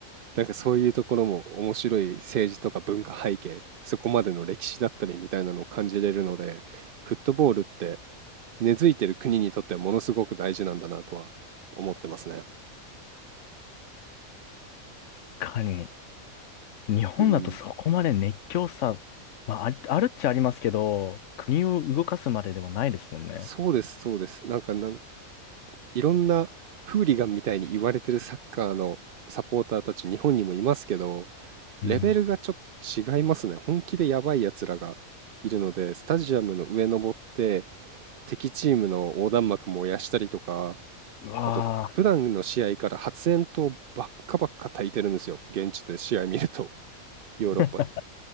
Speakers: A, on the right; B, on the left.
A: なんかそういうところも面白い政治とか文化背景、そこまでの歴史だったりみたいなのを感じれるので、フットボールって根付いてる国にとってはものすごく大事なんだなとは思ってますね。
B: 確かに。日本だとそこまで熱狂さ、
A: うん、
B: まあ、ありあるっちゃありますけど、国を動かすまでではないですもんね。
A: そうです、そうです。なんかなんいろんなフーリガンみたいに言われてるサッカーのサポーターたち日本にもいますけど、レベルがちょっと違いますね。
B: うん。
A: 本気でやばいやつらがいるので、スタジアムの上登って敵チームの横断幕燃やしたりとか、
B: うわ
A: あとふ普段の試合から発煙筒ばっかばっか焚いてるんですよ。現地で試合見ると、ヨーロッパで。
B: ー。